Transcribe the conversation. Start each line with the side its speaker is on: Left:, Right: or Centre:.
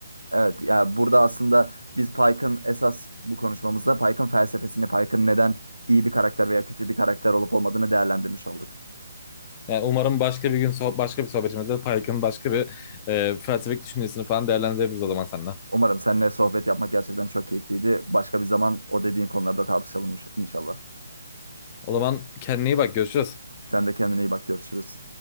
Right: Evet ya burada aslında biz Pike'ın esas bu konuşmamızda Pike'ın felsefesini, Pike'ın neden iyi bir karakter veya kötü bir karakter olup olmadığını değerlendirmiş olduk.
Left: Yani umarım başka bir gün soh- başka bir sohbetimizde Pike'ın başka bir e, felsefik düşüncesini falan değerlendirebiliriz o zaman seninle.
Right: Umarım seninle sohbet yapmak gerçekten çok keyifliydi. Başka bir zaman o dediğin konularda tartışalım inşallah.
Left: O zaman kendine iyi bak. Görüşürüz.
Right: Sen de kendine iyi bak görüşürüz.